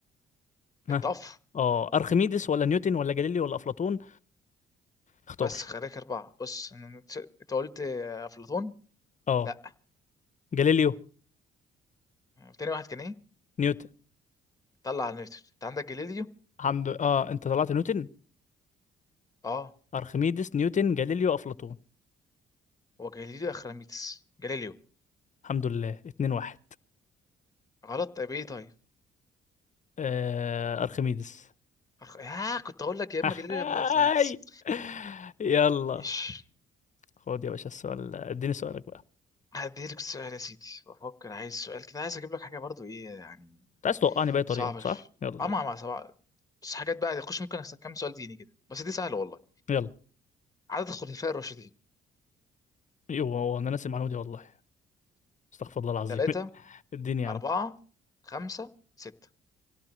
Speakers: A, on the left (about 40°); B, on the left (about 15°).
A: ها
B: الطف
A: اه ارخميدس ولا نيوتن ولا جاليليو ولا افلاطون اختار
B: بس خليك أربعة بص أنا- أنت قلت آه، أفلاطون
A: اه
B: لا
A: جاليليو
B: تاني واحد كان إيه؟
A: نيوتن
B: طلع على نيوتن أنت عندك جاليليو
A: الحمد لله. اه انت طلعت نيوتن
B: أه
A: ارخميدس نيوتن جاليليو افلاطون
B: هو جاليليو أخراميتس جاليليو
A: الحمد لله اتنين واحد
B: غلط طيب إيه طيب؟
A: آه ارخميدس
B: أخ... آه كنت أقول لك يا
A: <laughs>
B: إما جاليليو
A: هاي
B: يا إما أخراميتس
A: يلا
B: ماشي
A: خد يا باشا السؤال اديني سؤالك بقى
B: هديلك السؤال يا سيدي بفكر عايز سؤال كده عايز أجيب لك حاجة برضو إيه يعني
A: انت عايز توقعني بأي طريقة
B: صعبة
A: صح
B: ش-
A: يلا
B: أه
A: يلا
B: مع مع صعبة بس حاجات بقى خش ممكن أسألك كام سؤال ديني كده بس دي سهلة والله
A: <laughs> يلا
B: عدد الخلفاء الراشدين
A: يوه هو انا ناسي المعلومة دي والله استغفر الله العظيم
B: ثلاثة
A: <laughs> اديني يا
B: أربعة
A: عم
B: خمسة ستة